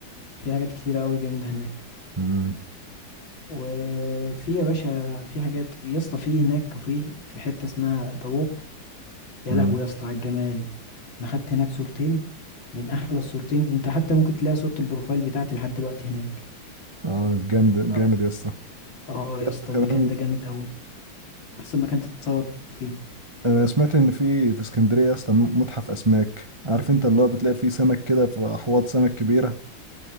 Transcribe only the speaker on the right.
امم
امم
اه جامد جامد
يا اسطى
يا
اسطى كمان
انا سمعت ان في في اسكندريه يا اسطى متحف اسماك عارف انت اللي هو بتلاقي فيه سمك كده في احواض سمك كبيره